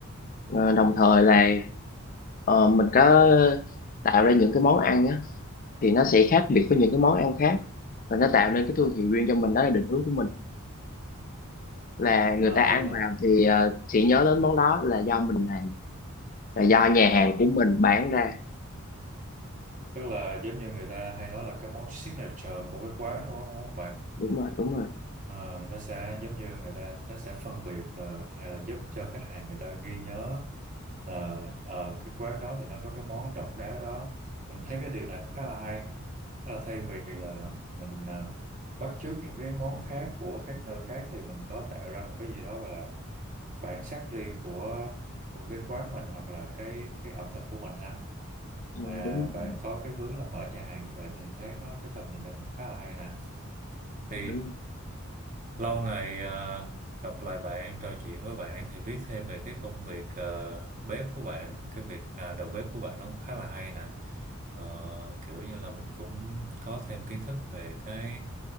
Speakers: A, on the left; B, on the right.
A: Ờ, đồng thời là ờ, mình có tạo ra những cái món ăn á, thì nó sẽ khác biệt với những cái món ăn khác và nó tạo nên cái thương hiệu riêng cho mình đó là định hướng của mình là người
B: Ờ,
A: ta ăn
B: tức là
A: vào thì ờ, sẽ nhớ đến món đó là do mình làm là do nhà
B: ờ,
A: hàng của mình bán ra
B: tức là giống như người ta hay nói là cái món signature của cái quán đúng không
A: đúng rồi đúng rồi
B: Ờ, nó sẽ giống như người ta nó sẽ phân biệt là hay là giúp cho khách hàng người ta ghi nhớ là ở cái quán đó thì nó có cái món độc đáo đó mình thấy cái điều này cũng khá là hay Thế là thay vì là mình à, bắt chước những cái món khác của các nơi khác thì mình có tạo ra một cái gì đó gọi là bản sắc riêng của của cái quán mình hoặc là cái cái ẩm thực của mình ha
A: Ờ,
B: và
A: đúng
B: bạn
A: rồi
B: có cái hướng là mở nhà hàng như vậy thì mình thấy nó cái tầm nhìn nó cũng khá là hay nè thì
A: đúng rồi
B: Lâu ngày ờ, gặp lại bạn, trò chuyện với bạn thì biết thêm về cái công việc ờ, bếp của bạn, cái việc à, đầu bếp của bạn nó cũng khá là hay nè. Ờ, kiểu như là mình cũng có thêm kiến thức về cái